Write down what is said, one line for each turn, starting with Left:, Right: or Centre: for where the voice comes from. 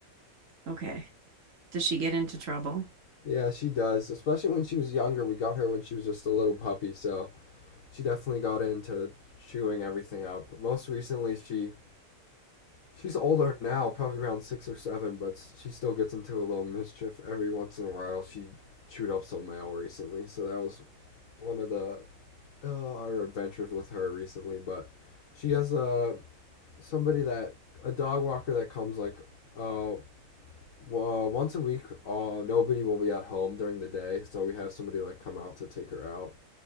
Right: Okay. Does she get into trouble?
Left: Yeah, she does. Especially when she was younger. We got her when she was just a little puppy, so she definitely got into chewing everything up. But Most recently, she she's older now, probably around six or seven, but s- she still gets into a little mischief every once in a while. She chewed up some mail recently, so that was one of the uh, our adventures with her recently, but she has a somebody that a dog walker that comes like uh, uh, once a week. Uh, nobody will be at home during the day, so we have somebody like come out to take her out,